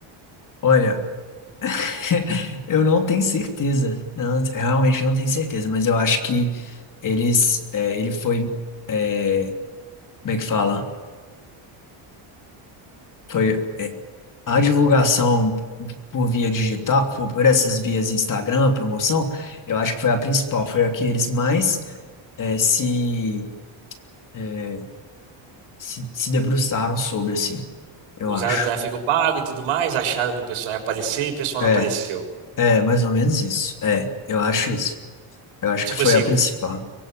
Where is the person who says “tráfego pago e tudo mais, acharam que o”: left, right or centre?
Right